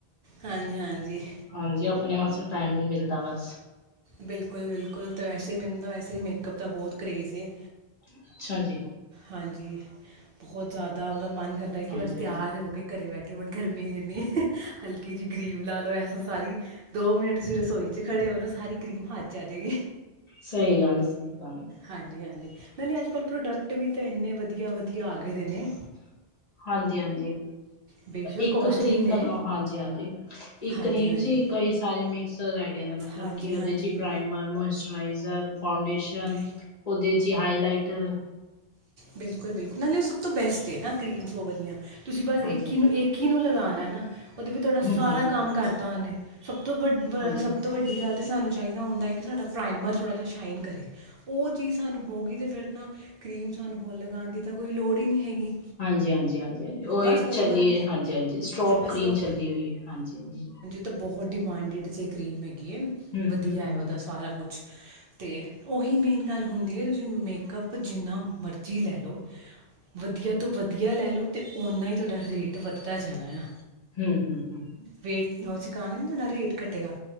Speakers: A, on the right; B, on the left.
A: ਹਾਂਜੀ ਹਾਂਜੀ
B: ਹਾਂਜੀ ਆਪਣੇ ਵਾਸਤੇ ਟਾਈਮ ਨੀ ਮਿਲਦਾ ਬਸ।
A: ਬਿਲਕੁਲ- ਬਿਲਕੁਲ ਤਾਂ ਵੈਸੇ ਮੈਨੂੰ ਤਾਂ ਵੈਸੇ ਹੀ ਮੇਕਅੱਪ ਦਾ ਬਹੁਤ ਕਰੇਜ਼ ਹੈ।
B: ਅੱਛਾ ਜੀ
A: ਹਾਂਜੀ ਬਹੁਤ ਜ਼ਿਆਦਾ ਮਤਲਬ ਮਨ ਕਰਦਾ ਕਿ
B: ਹਾਂਜੀ
A: ਬਸ ਤਿਆਰ
B: ਹਾਂਜੀ
A: ਹੋ ਕੇ- ਘਰੇ ਬੈਠੇ ਹੋਣ ਗਰਮੀ ਐਨੀ ਐ ਹਲਕੀ ਜੀ ਕਰੀਮ। ਲਾ ਲਓ ਐਸਾ ਸਾਰੀ ਦੋ ਮਿੰਟ ਤੁਸੀਂ ਰਸੋਈ ਚ ਖੜੇ ਹੋ ਜੋ ਸਾਰੀ ਕ੍ਰੀਮ ਖਾਚ ਆ ਜਾਏਗੀ।
B: ਸਹੀ ਗੱਲ ਹੈ- ਸਹੀ ਗੱਲ ਹੈ।
A: ਹਾਂਜੀ- ਹਾਂਜੀ ਨਹੀਂ- ਨਹੀਂ ਅੱਜ ਕੱਲ ਪ੍ਰੋਡਕਟ ਵੀ ਤਾਂ ਇੰਨੇ ਵਧੀਆ- ਵਧੀਆ ਆ ਗਏ ਦੇ ਨੇ।
B: ਹਾਂਜੀ- ਹਾਂਜੀ
A: ਬੇਸ਼ੱਕ
B: ਇੱਕ
A: ਕੋਸਟਲੀ
B: ਕਰੀਮ
A: ਨੇ
B: ਲਗਾਓ ਹਾਂਜੀ- ਹਾਂਜੀ। ਇੱਕ
A: ਹਾਂਜੀ
B: ਕਰੀਮ
A: ਹਾਂਜੀ
B: ਚ ਕਈ ਸਾਰੇ ਮਿਕਸਰ ਹੈਗੇ ਨੇ ਮਤਲਬ
A: ਹਾਂਜੀ
B: ਕਿ ਉਹਦੇ
A: ਹਾਂਜੀ
B: ਚ ਪ੍ਰਾਈਮਰ, ਮੋਇਸਚਰਾਈਜਰ, ਫਾਊਂਡੇਸ਼ਨ,
A: ਬੇ
B: ਉਹਦੇ ਚ ਹੀ ਹਾਈਲਾਈਟਰ।
A: ਬਿਲਕੁਲ- ਬਿਲਕੁਲ ਨਾਲੇ ਉਹ ਸਭ ਤੋਂ ਬੈਸਟ ਹੈ ਨਾ ਕਰੀਮ ਔ ਵਾਲੀਆਂ ਤੁਸੀਂ ਬਸ
B: ਹਾਂਜੀ
A: ਇੱਕ ਹੀ ਨੂੰ ਇਕ- ਕੀ ਨੂੰ ਲਗਾਉਣਾ ਨਾ ਉਹਦੇ ਵਿੱਚ ਤੁਹਾਡਾ
B: ਹੂੰ-ਹੂੰ
A: ਸਾਰਾ ਕੰਮ ਕਰਤਾ ਉਹਨੇ ਸਭ ਤੋਂ ਵੱ
B: ਹਾਂਜੀ।
A: ਸਭ ਤੋਂ ਵੱ ਅਡੀ ਗੱਲ ਤੇ ਸਾਨੂੰ ਚਾਹੀਦਾ ਹੁੰਦਾ ਕਿ ਸਾਡਾ ਪ੍ਰਾਈਮਰ ਥੋੜਾ ਜਿਹਾ ਸ਼ਾਈਨ ਕਰੇ। ਉਹ ਚੀਜ਼ ਸਾਨੂੰ ਹੋ ਗਈ ਤੇ ਫੇਰ ਤਾਂ ਕਰੀਮ ਸਾਨੂੰ ਹੋਰ ਲਗਾਉਣ ਦੀ ਤਾਂ ਕੋਈ ਲੋੜ ਹੀ ਨਹੀਂ ਹੈਗੀ।
B: ਹਾਂਜੀ- ਹਾਂਜੀ, ਹਜੀ ਹਾਂ ਉਹ
A: ਬਸ
B: ਇਕ ਚੱਲੀ
A: ਗੱਲ
B: ਐ ਹਾਂਜੀ- ਹਾਂਜੀ ਸਟਰੋਪ
A: ਬਸ
B: ਕਰੀਮ
A: ਉਹ
B: ਚੱਲੀ ਹੋਈ ਹੈ, ਹਾਂਜੀ- ਹਾਂਜੀ।
A: ਤਾਂ ਬਹੁਤ ਡਿਮਾਂਡਿਡ ਜੇ ਕਰੀਮ ਹੈਗੀ ਹੈ,
B: ਹੂੰ-ਹੂੰ-ਹੂੰ,
A: ਵਧੀਆ ਹੈ ਉਹਦਾ। ਸਾਰਾ ਕੁਛ ਤੇ ਉਹੀ ਮੇਨ ਗੱਲ ਹੁੰਦੀ ਹੈ ਤੁਸੀਂ ਮੇਕਅਪ। ਜਿੰਨਾ ਮਰਜ਼ੀ ਲੈ ਲਓ, ਵਧੀਆ ਤੋਂ ਵਧੀਆ ਲੈ ਲਓ। ਤੇ ਓਨਾਂ ਹੀ ਤੁਹਾਡਾ ਰੇਟ ਵੱਧਦਾ ਜਾਣਾ ਆ।
B: ਹੂੰ-ਹੂੰ, ਹੂੰ-ਹੂੰ।
A: ਰੇਟ ਹ ਅਸੀਂ ਕਹਾਂਗੇ ਨਾ ਤੁਹਾਡਾ ਰੇਟ ਕਟੇਗਾ